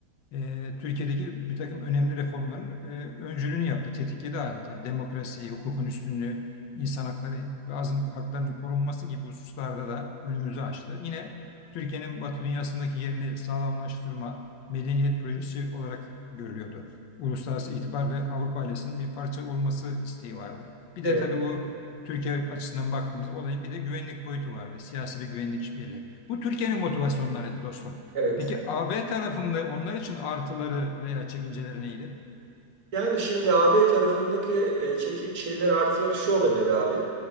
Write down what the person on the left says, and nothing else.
e, Türkiye'deki bir takım önemli reformların e, öncülüğünü yaptı, tetikledi adeta. Demokrasi, hukukun üstünlüğü, insan hakları ve azınlık haklarının korunması gibi hususlarda da önümüzü açtı. Yine Türkiye'nin Batı dünyasındaki yerini sağlamlaştırma, medeniyet projesi olarak görülüyordu. Uluslararası itibar ve Avrupa ailesinin bir parça olması isteği vardı. Bir
de tabii bu Türkiye açısından baktığımız olayın bir de güvenlik boyutu vardı. Siyasi ve güvenlik işbirliği. Bu Türkiye'nin motivasyonlarıydı dostum.
Peki A B tarafında onlar için artıları veya çekinceleri neydi?